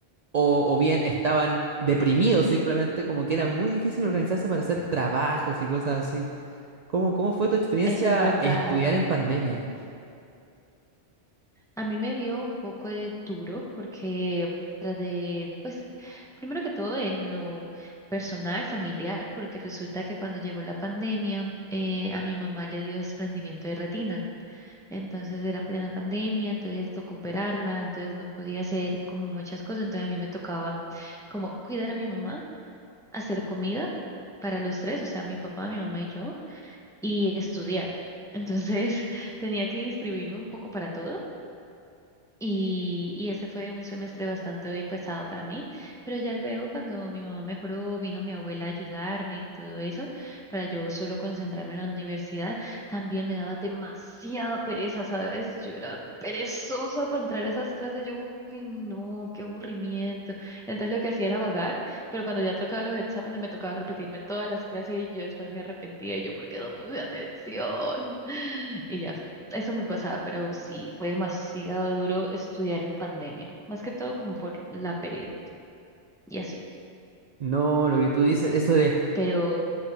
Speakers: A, on the right (about 50°); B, in the centre.
A: o, o bien estaban deprimidos simplemente, como que era muy difícil organizarse para hacer trabajos y cosas ¿Cómo, cómo fue tu experiencia
B: Eso es verdad.
A: estudiar en pandemia?
B: A mí me dio un poco de duro porque traté, pues, primero que todo en lo personal, familiar, porque resulta que cuando llegó la pandemia, eh, a mi mamá le dio desprendimiento de retina. Entonces era plena pandemia, entonces tocó operarla, entonces no podía hacer como muchas cosas. Entonces a mí me tocaba como cuidar a mi mamá, hacer comida para los tres, o sea, mi papá, mi mamá y yo, y estudiar. Entonces <laughs> tenía que distribuirme un poco para todo y, y ese fue un semestre bastante pesado para mí, pero ya luego cuando mi mamá mejoró, vino mi abuela a ayudarme y todo eso, para yo solo concentrarme en la universidad, también me daba demasiada pereza, ¿sabes? Yo era perezosa para entrar a esas clases, yo, uy, no, qué aburrimiento. Entonces lo que hacía era vagar, pero cuando ya tocaba los exámenes me tocaba repetirme todas las clases y yo después me arrepentía y yo, ¿por qué no puse atención? <laughs> Y ya, eso me pasaba, pero sí, fue demasiado duro estudiar en pandemia, más que todo como por la pereza y así.
A: No, lo que tú dices, eso de...
B: Pero,